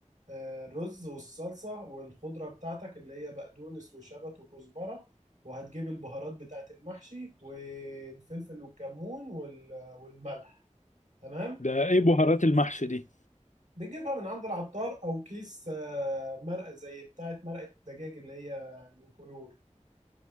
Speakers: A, on the right; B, on the left.
A: آه، الرز والصلصة والخضرة بتاعتك اللي هي بقدونس وشبت وكزبرة وهتجيب البهارات بتاعت المحشي والفلفل والكمون وال- والملح تمام
B: ده ايه بهارات المحشي دي
A: بتجيبها من عند العطار او كيس آه، مرقة زي بتاعت مرقة دجاج اللي هي من كنور